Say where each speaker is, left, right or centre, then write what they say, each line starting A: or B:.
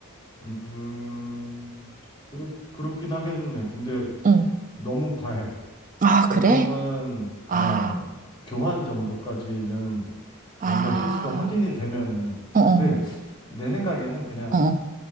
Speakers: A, on the left; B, on the right.
A: 음, 그렇 그렇긴 하겠네. 근데
B: 응.
A: 너무 과해.
B: 아,
A: 보통은
B: 그래?
A: 그냥
B: 아,
A: 교환 정도까지는
B: 아,
A: 뭔가 실수가 확인이 되면은
B: 어,
A: 그때
B: 어,
A: 내 생각에는 그냥
B: 어, 어.